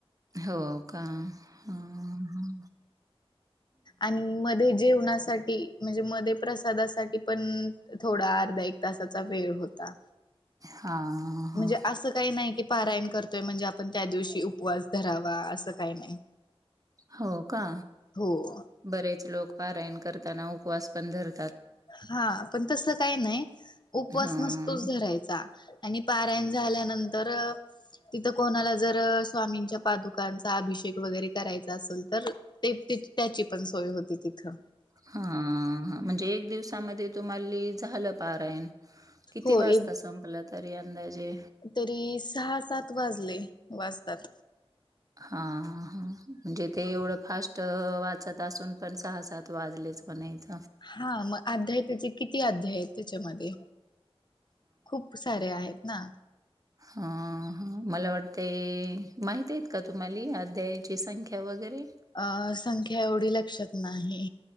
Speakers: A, on the right; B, on the left.
A: हो का हम हम
B: आणि मध्ये जेवणासाठी म्हणजे मध्ये प्रसादासाठी पण थोडा अर्धा एक तासाचा वेळ होता
A: हां,
B: म्हणजे
A: हां.
B: असं काही नाही कि पारायण करत म्हणजे आपण त्या दिवशी उपवास धरावा असं काही नाही
A: हो का
B: हो
A: बरेच लोक पारायण करताना उपवास पण धर
B: हा पण तस काही नाही उपवास
A: हां.
B: नसतोच धरायचा आणि पारायण झाल्यानंतर तिथं कोणाला जर स्वामींच्या पादुकांचा अभिषेक वगैरे करायचा असल तर ते त्याची पण सोय होती तिथं
A: हा हा म्हणजे एक दिवसामध्ये तुम्हाले झालं पारायण किती
B: ह <inaudible> हो
A: वाजता
B: एक
A: संपलं तरी अंदाजे?
B: तरी सहा सात वाजले वाज तात
A: हा ह म्हणजे ते एवढं फास्ट वाचत असून पण सहा सात वाजले च मणायच
B: हा मग अध्याय त्याचे किती अध्याय त्याच्यामध्ये खूप सारे आहेत ना
A: हा हा मला वाटतय माहती एत का तुम्हाले अध्यायाची संख्या वगैरे
B: अ संख्या एवढी लक्षात नाही